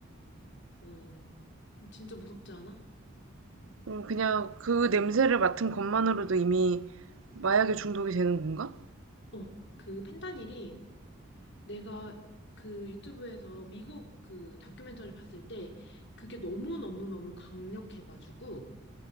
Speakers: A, on the left; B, on the right.
A: 어, 진짜 무섭지 않아?
B: 어, 그냥 그 냄새를 맡은 것만으로도 이미 마약에 중독이 되는 건가?
A: 어, 그 펜타닐이 내가 그 유튜브에서 미국 그 다큐멘터리 봤을 때 그게 너무너무너무 강력해가지고